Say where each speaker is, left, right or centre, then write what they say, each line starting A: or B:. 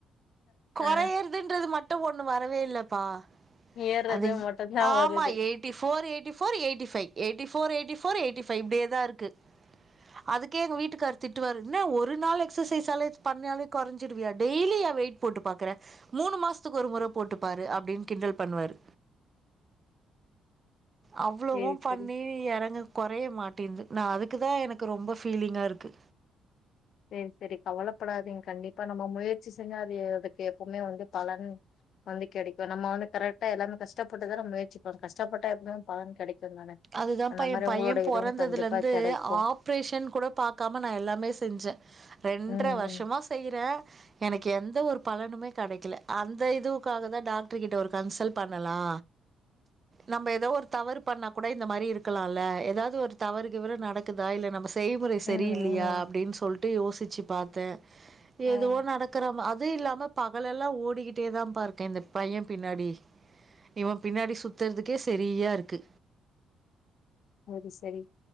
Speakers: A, on the right; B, on the left.
A: கொறயறதுன்றது
B: ஆ
A: மட் ட்ட ஒண்ணு வரவே இல்லப்பா
B: ஏறது
A: அந்த இ
B: மட்டுந்தா
A: ஆமா
B: வருது
A: eighty four eighty four eighty five eighty four eighty four eighty five இப்டியே தாருக்கு அதுக்கே எங்க வீட்டுக்காரு திட்டுவாரு என்னா ஒரு நாள் எக்சசைஸ் பண்ணாலே கொறஞ்சிடுவியா டெய்லி ஏ வெயிட் போட்டு பாக்கற மூணு மாசத்துக்கு ஒரு மொற போட்டுப்பாரு அப்டின்னு கிண்டல் பண்ணுவாரு அவ்ளவு
B: சேரி
A: பண்ணி
B: சேரி
A: எறங்கு கொற நெறைய மாட்டியிருந்த நா அதுக்குதா எனக்கு ரொம்ப ஃபீலிங்காருக்கு
B: சரி சரி கவலைப்படாதீங்க கண்டிப்பா நம்ம முயற்சி செஞ்ச அது அதுக்கு எப்பவுமே வந்து பலனு வந்து கெடைக்கு நம்ம வந்து கரெக்டா எல்லாமே கஷ்டப்பட்டுதானே முயற்சி போம் கஷ்டப்பட்டா எப்பவுமே பலன் கெடைக்கு தானே
A: அதுதான்பா
B: அந்த
A: ஏன்
B: மாரி
A: பையெ
B: உங்களோட
A: பொறந்ததுலந்து
B: இதுவு கண்டிப்பா கெடைக்கு
A: ஆப்ரேஷன் கூட பாக்காம நா எல்லாமே செஞ்சே ரெண்ர
B: ம்
A: வருஷமா
B: ம்
A: செய்யறே <unintelligible> எனக்கு எந்த ஒரு பலனுமே கெடைக்கல அந்த இதுவுக்காக தா டாக்டர் கிட்ட ஒரு கன்சல் பண்ணலா நம்ம ஏதோ ஒரு தவறு பண்ண கூட இந்த மாரி இருக்கலால்ல ஏதாவது ஒரு தவறு கிவறு நடக்குதா இல்ல நம்ம செய்முறை
B: ம்
A: சரியில்லையா
B: ம்
A: அப்டின்னு சொல்ட் விட்டு யோசிச்சு பாத்தேன்
B: ம்
A: எதுவு நடக்கற மா அது அதுவும் இல்லாமல் பகலெல்லாம் ஓடிக்கிட்டே தான் பா இருக்கேன் இந்த பையன் பின்னாடி இவன் பின்னாடி சுத்துறதுக்கே சரியா இருக்கு
B: அது சரி